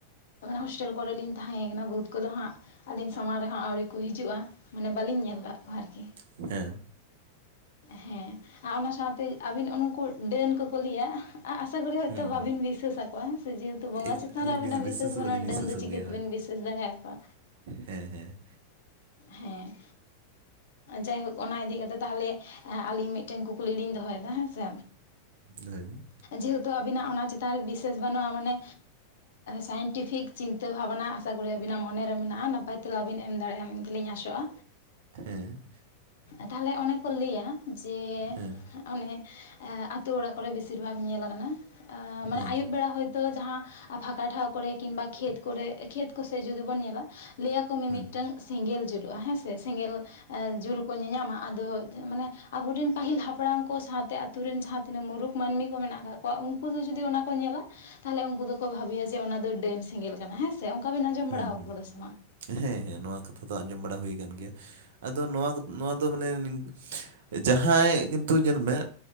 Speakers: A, on the left; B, on the right.
A: ᱦᱳᱥᱴᱮᱞ ᱠᱚᱨᱮ ᱞᱤᱧ ᱛᱟᱦᱮᱸ ᱭᱟᱠᱟᱱᱟ ᱵᱷᱩᱩᱛ ᱠᱚᱫᱚ ᱦᱟᱸᱜ ᱟᱹᱞᱤᱧ ᱥᱟᱢᱟᱝ ᱨᱮᱱᱟᱜ ᱟᱹᱣᱨᱤ ᱠᱚ ᱦᱤᱡᱩᱜᱼᱟ᱾ ᱢᱟᱱᱮ ᱵᱟᱹᱞᱤᱧ ᱧᱮᱞ ᱟᱠᱟᱫ ᱠᱚᱣᱟ ᱟᱨ ᱠᱤ
B: ᱚᱰᱮ
A: ᱦᱮᱸ ᱟᱨ ᱚᱱᱟ ᱥᱟᱶᱛᱮ ᱟᱹᱵᱤᱱ ᱩᱱᱠᱩ ᱰᱟᱹᱱ ᱠᱚᱠᱚ ᱞᱟᱹᱭᱟ ᱠᱚᱨᱮ ᱦᱚᱭᱛᱳ
B: ᱦᱩᱸ
A: ᱵᱟᱵᱤᱱ
B: ᱦᱩᱸ
A: ᱵᱤᱥᱟᱹᱥᱟᱠᱚᱣᱟ ᱡᱮᱦᱮᱛᱩ ᱵᱚᱸᱜᱟ
B: ᱮᱠ
A: ᱪᱮᱛᱟᱱ
B: ᱟᱞᱮ
A: ᱨᱮ ᱟᱵᱤᱱᱟᱜ
B: ᱵᱤᱥ ᱵᱤᱥᱥᱟᱹᱥ
A: ᱵᱤᱥᱟᱹᱥ
B: ᱦᱚᱸ
A: ᱵᱟᱱᱩᱜᱼᱟ
B: ᱵᱟᱹᱞᱤᱧ
A: ᱰᱟᱹᱱ
B: ᱵᱤᱥᱥᱟᱹᱥ
A: ᱫᱚ
B: ᱠᱚᱜᱮᱭᱟ
A: ᱪᱤᱠᱟᱹᱛᱮ
B: ᱦᱳᱭ
A: ᱵᱤᱱ ᱵᱤᱥᱟᱹᱥ ᱫᱟᱲᱮᱭᱟᱠᱚᱣᱟ
B: ᱦᱮᱸ ᱦᱮᱸ
A: ᱦᱮᱸ ᱡᱟᱭᱦᱳᱠ ᱚᱱᱟ ᱤᱫᱤ ᱠᱟᱛᱮᱜ ᱛᱟᱦᱚᱞᱮ ᱟᱞᱤᱧ ᱢᱤᱫᱴᱮᱱ ᱠᱩᱠᱞᱤ ᱞᱤᱧ ᱫᱚᱦᱚ ᱭᱮᱫᱟ ᱦᱮᱸ ᱥᱮ
B: ᱫᱚᱦᱚᱭ ᱵᱤᱱ
A: ᱡᱮᱦᱮᱛᱩ ᱟᱵᱤᱱᱟᱜ ᱚᱱᱟ ᱪᱮᱛᱟᱱ ᱨᱮ ᱵᱤᱥᱥᱟᱹᱥ ᱵᱟᱹᱱᱩᱜᱼᱟ ᱢᱟᱱᱮ ᱥᱟᱭᱮᱱᱴᱤᱯᱷᱤᱠ ᱪᱤᱱᱛᱟᱹ ᱵᱷᱟᱵᱱᱟ ᱟᱥᱟ ᱠᱚ ᱟᱵᱤᱱᱟ ᱢᱚᱱᱮ ᱨᱮ ᱢᱮᱱᱟᱜᱼᱟ ᱱᱟᱯᱟᱭ ᱛᱮ ᱛᱮᱞᱟ ᱵᱤᱱ ᱮᱢ ᱫᱟᱲᱮ ᱭᱟᱜᱼᱟ ᱢᱮᱱᱛᱮ ᱞᱤᱧ ᱟᱥᱚᱜᱼᱟ
B: ᱦᱮᱸ
A: ᱛᱟᱦᱚᱞᱮ ᱚᱱᱮ ᱠᱚ ᱞᱟᱹᱭᱟ ᱡᱮ
B: ᱦᱮᱸ ᱦᱮᱸ
A: ᱚᱱᱮ ᱟᱛᱳ ᱚᱲᱟᱜ ᱠᱚᱨᱮ ᱵᱤᱥᱤᱨ ᱵᱷᱟᱜᱽ ᱧᱮᱞ ᱟᱠᱟᱱᱟ ᱢᱟᱱᱮ
B: ᱦᱩᱸ
A: ᱟᱹᱭᱩᱵ ᱵᱮᱲᱟ ᱦᱚᱭ ᱛᱚ ᱡᱟᱦᱟᱸ ᱯᱷᱟᱠᱟ ᱴᱷᱟᱶ ᱠᱚᱨᱮ ᱠᱤᱢᱵᱟ ᱠᱷᱮᱛ ᱠᱚᱨᱮ ᱠᱷᱮᱛ ᱠᱚᱥᱮ ᱡᱩᱫᱤ ᱵᱚᱱ ᱧᱮᱞᱟ ᱞᱟᱹᱭᱟᱠᱚ ᱢᱤᱼᱢᱤᱫᱴᱟᱝ
B: ᱦᱩᱸ
A: ᱥᱮᱸᱜᱮᱞ ᱡᱩᱞᱩᱜᱼᱟ ᱦᱮᱸᱥᱮ ᱥᱮᱸᱜᱮᱞ ᱡᱩᱞ ᱠᱚ ᱧᱮᱞ ᱧᱟᱢᱟ ᱟᱫᱚ ᱢᱟᱱᱮ ᱟᱵᱚ ᱨᱤᱱ ᱯᱟᱹᱦᱤᱞ ᱦᱟᱯᱲᱟᱢ ᱠᱚ ᱥᱟᱶᱛᱮ ᱟᱹᱛᱩ ᱨᱤᱱ ᱡᱟᱦᱟᱸ ᱛᱤᱱᱟᱹᱜ ᱢᱩᱨᱩᱠ ᱢᱟᱹᱱᱢᱤ ᱠᱚ ᱢᱮᱱᱟᱜ ᱟᱠᱟᱫ ᱠᱚᱣᱟ ᱩᱱᱠᱩ ᱫᱚ ᱡᱩᱫᱤ ᱚᱱᱟ ᱠᱚ ᱧᱮᱞᱟ ᱛᱟᱦᱚᱞᱮ ᱩᱱᱠᱩ ᱫᱚᱠᱚ ᱵᱷᱟᱹᱵᱤᱭᱟ ᱡᱮ ᱚᱱᱟ ᱫᱚ ᱰᱟᱹᱱ ᱥᱮᱸᱜᱮᱞ ᱠᱟᱱᱟ ᱦᱮᱸ ᱥᱮ ᱥᱮ ᱚᱱᱠᱟ ᱵᱤᱱ ᱟᱸᱡᱚᱢ
B: ᱦᱩᱸ
A: ᱵᱟᱲᱟ
B: ᱦᱩᱸ
A: ᱟᱠᱟᱫᱟ ᱥᱮ ᱵᱟᱝ
B: ᱦᱮᱸ ᱦᱮᱸ ᱱᱚᱣᱟ ᱠᱟᱛᱷᱟ ᱫᱚ ᱟᱸᱡᱚᱢ ᱵᱟᱲᱟ ᱦᱩᱭ ᱟᱠᱟᱱ ᱜᱮᱭᱟ ᱟᱫᱚ ᱱᱚᱣᱟ ᱱᱚᱣᱟ ᱫᱚ ᱢᱟᱱᱮ ᱡᱟᱦᱟᱸᱭ ᱠᱤᱱᱛᱩ ᱧᱮᱞ ᱢᱮ